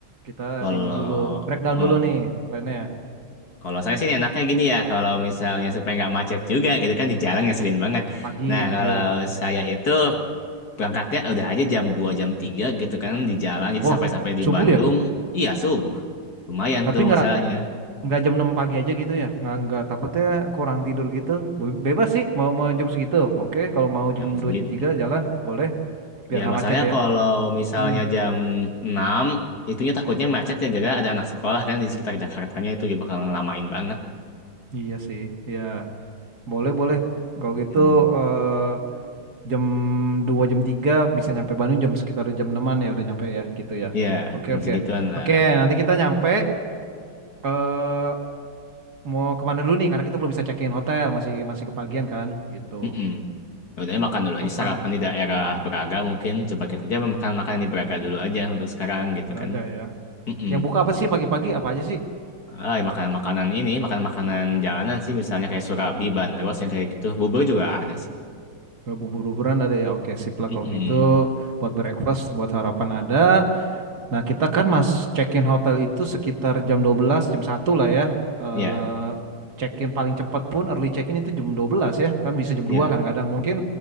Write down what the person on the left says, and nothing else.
Kalau
oh,
Kalau saya sih enaknya gini ya, kalau misalnya supaya nggak macet juga gitu kan di jalan ngeselin banget.
Nah, kalau
saya itu berangkatnya udah aja jam 2 jam 3, gitu kan di jalan jadi
sampai-sampai
di Bandung
iya subuh. Lumayan
tuh
masalahnya
jam segitu.
Hmm.
Ya
masalahnya
kalau misalnya
jam 6, itunya takutnya macet gara-gara ada anak sekolah kan di sekitar Jakartanya itu dia bakal ngelamain banget.
Hmm.
Ya,
jam
segituan lah.
Mm-mm. Ya udah makan dulu aja
sarapan di daerah Braga mungkin coba kita aja makan-makanan di Braga dulu aja untuk sekarang gitu
kan.
Mm-mm.
Ah, ya makanan-makanan ini, makan-makanan jalanan sih misalnya kayak Surabi, Bandros yang kayak gitu. Bubur juga ada sih.
Mm-mm.
Iya,
iya.